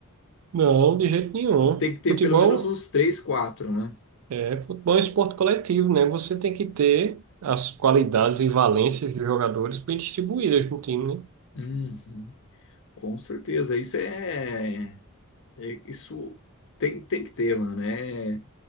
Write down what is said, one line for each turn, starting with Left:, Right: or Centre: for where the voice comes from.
Right: Não, de jeito nenhum.
Left: Tem que ter
Right: Futebol
Left: pelo menos uns três, quatro, né?
Right: é, futebol é um esporte coletivo, né? Você tem que ter as qualidades e valências dos jogadores bem distribuídas no time, né?
Left: Uhum. Com certeza, isso é, é- isso tem, tem que ter, mano. É,